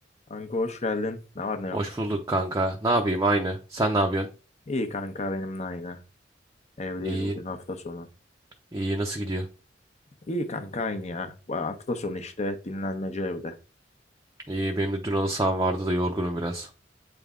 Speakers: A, on the left (about 40°); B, on the right (about 20°).
A: Kanka hoş geldin. Ne var ne yok.
B: Hoş bulduk kanka. Ne yapayım aynı. Sen ne yapıyorsun?
A: İyi kanka benimle aynı. Evdeyiz
B: İyiyim.
A: bugün hafta sonu.
B: İyi nasıl gidiyor?
A: İyi kanka aynı ya. Bu Hafta sonu işte dinlenmece evde.
B: İyi benim de dün halı saham vardı da yorgunum biraz.